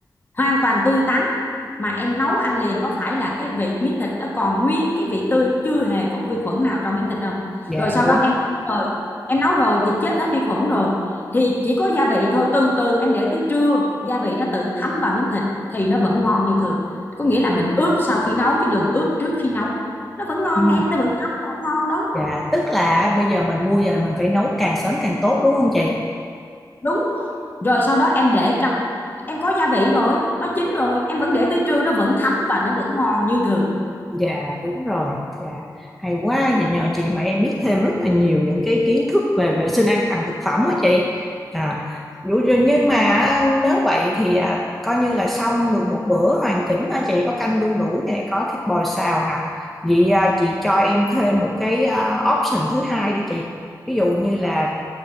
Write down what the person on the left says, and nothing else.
hoàn toàn tươi tắn mà em nấu ăn liền có phải là cái vị miếng thịt đó còn nguyên cái vị tươi chưa hề có vi khuẩn nào trong miếng thịt đâu
rồi sau
đó em nấu rồi em nấu rồi thì chết hết vi khuẩn rồi thì chỉ có gia vị thôi từ từ em để tới trưa gia vị nó tự thấm vào miếng thịt thì nó vẫn ngon như thường có nghĩa là mình ướp sau khi nấu chứ đừng ướp trước khi nấu nó vẫn ngon
em nó vẫn thấm vẫn ngon đó
đúng rồi sau đó em để trong em có gia vị rồi nó chín rồi em vẫn để tới trưa nó vẫn thấm và nó vẫn ngon như thường